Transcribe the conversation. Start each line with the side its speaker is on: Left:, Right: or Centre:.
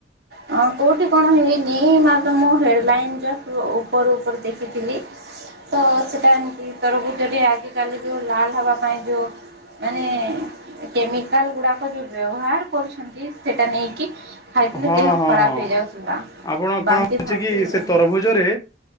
Right: ହଁ କୋଉଠି କଣ ହେଇନି ମା। ମୁଁ ହେଡଲାଇନ୍। ଉପର ଉପର ଦେଖିଥିଲି ତ ସେଟା। ଇ ତରଭୁଜଟିଏ ଯଦି ଆଜିକାଲି ଯୋଉ ଲାଲ। ଖାଇବା ପାଇଁ ଯେଉଁ ମାନେ। କେମିକାଲ ଗୁଡାକ ଯୋଉ ବ୍ୟବହାର କରୁଛନ୍ତି। ସେଇଟା ନେଇକି ଖାଇଥିଲେ।
Left: ହଁ ହଁ
Right: ଖରାପ
Left: ହଁ
Right: ହେଇଯାଉଥିଲା
Left: ଆପଣ
Right: ବାନ୍ତି
Left: କଣ ହଉଛି
Right: ଫାନ୍ତି
Left: କି
Right: ଆଜ୍ଞା।
Left: ସେ ତରଭୁଜରେ